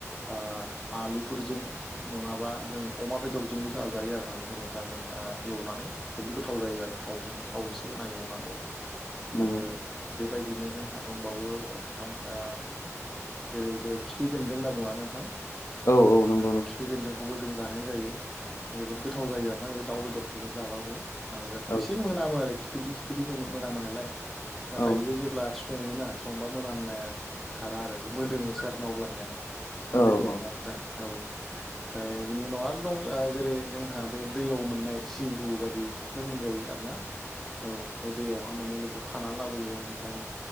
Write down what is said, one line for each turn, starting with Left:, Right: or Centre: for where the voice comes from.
Centre: आ आलुफोरजों नङाबा जों अमा बेदरजों जोंबो जाजायो आरोना बेखौ मोजाङै आ एवनानै जोबोद गोथाव जायो आरो थावजों थाव एसे होना एवनांगौ
Left: नंगौ
Centre: आरो बेबायदिनो जोंहा दंबावो नोंथां ओ जेरै बे खिफि बेन्दों होनना बुङा नोंथां।
Left: औ औ नं
Centre: खिफि बेन्दोंखौबो जों जानाय जायो जोबोद गोथाव जायो आरोना बे दाउ बेदरफोरजों जाबाबो। आरो
Left: औ
Centre: एसे मोनामो आरो खिफिदि खिफिदि मोना मोनामो नालाय। नाथाय
Left: औ
Centre: बियो जेब्ला सङोना संबा मोनामनाया खारा आरो मोदोमोसो आरोना अब्लानिया बेबायदि
Left: औ
Centre: आरोना नोंथां औ ओमफ्राय बेनि उनाव आर दं ओ जेरै जोंहा बे दैयाव मोननाय सिब्रु बायदिखौनो मोनजायो आरो ना औ बे दैयावहा मोनो बेखौ खानानै लाबोयो ओमफ्राय